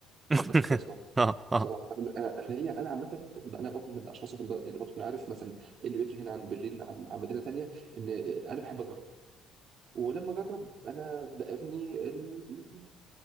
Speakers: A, on the right; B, on the right.
A: <laughs>
B: كانش كويس خالص
A: اه اه
B: بصراحه انا أنا- احنا هي انا عامه انا برضو من الاشخاص اللي ب- يعني برضو انا عارف مثلا إيه اللي بيفرق هنا عن برلين عن, عن مدينه ثانيه ان انا بحب اجرب ولما اجرب انا بابني ال-